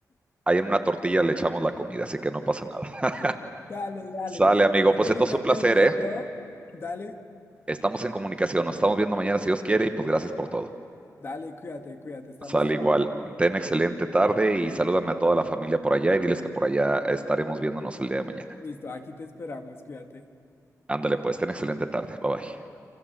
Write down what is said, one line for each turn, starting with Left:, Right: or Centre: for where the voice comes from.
Right: ahí en una tortilla le echamos la comida, así que no pasa nada.
Left: Dale, dale.
Right: Sale, amigo. Pues
Left: Ahorita
Right: entonces un placer,
Left: te envío
Right: ¿eh?
Left: todo. Dale,
Right: Estamos en comunicación, nos estamos viendo mañana si Dios quiere y pues gracias por todo.
Left: dale, cuídate, cuídate. Estamos
Right: Sale
Left: hablando.
Right: igual. Ten excelente tarde y salúdame a toda la familia por allá y diles que por allá estaremos viéndonos el día de mañana.
Left: Listo, aquí te esperamos, cuídate.
Right: Ándale pues, ten excelente tarde. Bye bye.